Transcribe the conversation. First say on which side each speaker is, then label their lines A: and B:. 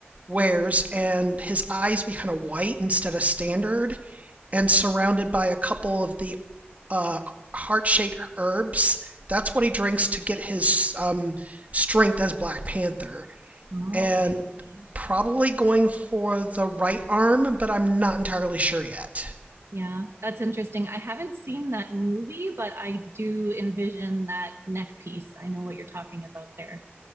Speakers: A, on the right; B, on the right.
A: wears, and his eyes be kind of white instead of standard, and surrounded by a couple of the uh, heart-shaped herbs. That's what he drinks to get his um, strength as Black Panther.
B: Oh,
A: And
B: I see.
A: probably going for the right arm, but I'm not entirely sure yet.
B: Yeah, that's interesting. I haven't seen that movie, but I do envision that neck piece. I know what you're talking about there.